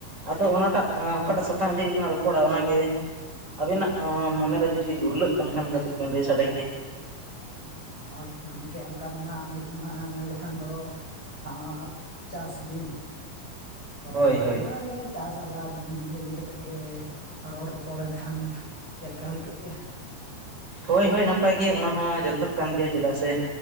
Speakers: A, on the right; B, on the left.
A: ᱟᱫᱚ ᱚᱱᱟᱴᱟᱜ ᱟ ᱚᱠᱟᱴᱟᱜ ᱥᱟᱛᱟᱢ ᱤᱫᱤ ᱠᱟᱛᱮᱞᱟᱝ ᱨᱚᱯᱚᱲᱟ ᱚᱱᱟ ᱜᱮ? ᱟᱵᱤᱱᱟᱜ ᱢᱚᱱᱮᱨᱮ ᱡᱩᱫᱤ ᱜᱷᱩᱨᱞᱟᱹᱜ ᱠᱟᱱ ᱠᱷᱟᱱ ᱠᱟᱹᱴᱤᱡ ᱵᱮᱱ ᱞᱟᱹᱭ ᱥᱟᱰᱮ ᱠᱮᱭᱟ ᱾
B: ᱦᱳᱭ ᱜᱚᱝᱠᱮ ᱚᱝᱠᱟ ᱫᱚ ᱱᱟᱜ ᱱᱤᱛ ᱢᱟ ᱢᱮᱱ ᱞᱮᱠᱷᱟᱱ ᱫᱚ ᱟᱻ ᱪᱟᱥ ᱫᱤᱱ, ᱛᱚ
A: ᱦᱳᱭ ᱦᱳᱭ
B: ᱚᱱᱟ ᱜᱮ ᱪᱟᱥ ᱟᱵᱟᱫᱽ ᱤᱫᱤ ᱠᱟ ᱛᱮᱫ ᱜᱮ ᱨᱚᱲ ᱨᱚᱯᱚᱲ ᱮᱱᱠᱷᱟᱱ ᱪᱮᱫ ᱞᱮᱠᱟ ᱦᱩᱭ ᱠᱚᱜ ᱠᱮᱭᱟ?
A: ᱦᱳᱭ ᱦᱳᱭ ᱱᱟᱯᱟᱭ ᱜᱮ, ᱚᱱᱟ ᱦᱚᱸ ᱡᱚᱛᱷᱚᱛ ᱠᱟᱱ ᱜᱮᱭᱟ ᱾ ᱪᱮᱫᱟᱜ ᱥᱮ